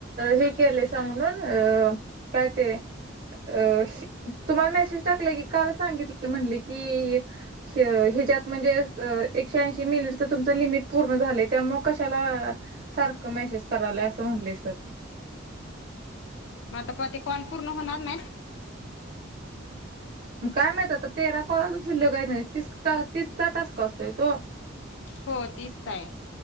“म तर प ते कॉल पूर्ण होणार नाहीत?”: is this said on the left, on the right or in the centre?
Left